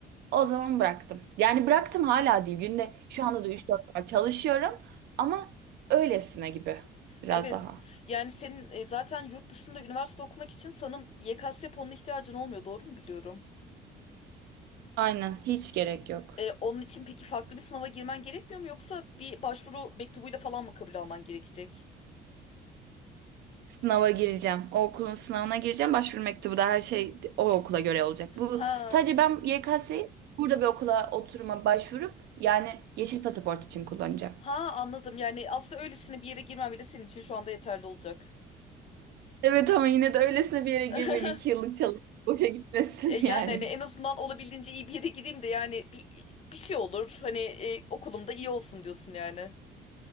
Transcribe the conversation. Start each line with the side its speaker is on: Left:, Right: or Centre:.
Right: O zaman bıraktım. Yani bıraktım hala değil. Günde şu anda da üç dört saat çalışıyorum ama öylesine gibi biraz
Left: Evet.
Right: daha.
Left: Yani senin e, zaten yurt dışında üniversite okumak için sanırım YKS puanına ihtiyacın olmuyor. Doğru mu biliyorum?
Right: Aynen hiç gerek yok.
Left: E, onun için peki farklı bir sınava girmen gerekmiyor mu yoksa bir başvuru mektubuyla falan mı kabul alman gerekecek?
Right: Sınava gireceğim. O okulun sınavına gireceğim. Başvuru mektubu da her şey o okula göre olacak. Bu
Left: Ha.
Right: sadece ben YKS'yi burada bir okula oturuma başvurup yani yeşil pasaport için kullanacağım.
Left: Ha anladım. Yani aslında öylesine bir yere girmem bile senin için şu anda yeterli olacak.
Right: Evet ama yine de öylesine bir yere girmeyeyim.
Left: <laughs>
Right: İki yıllık çalışıp boşa gitmesin
Left: E, yani
Right: <laughs> yani.
Left: hani en azından olabildiğince iyi bir yere gireyim de yani bir bir şey olur. Hani e, okulumda iyi olsun diyorsun yani.